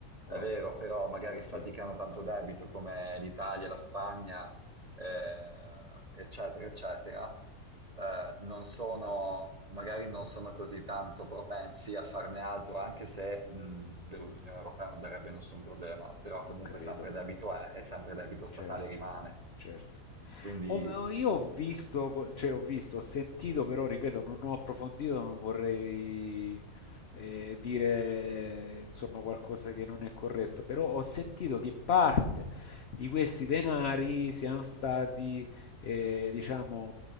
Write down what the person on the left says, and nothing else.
Wow,
ok,
ho capito.
Certo,
certo.
Ho- ho- io ho visto, co- cioè ho visto, ho sentito, però ripeto, non ho approfondito, non vorrei eh, dire insomma qualcosa che non è corretto, però ho sentito che parte di questi denari siano stati, eh, diciamo,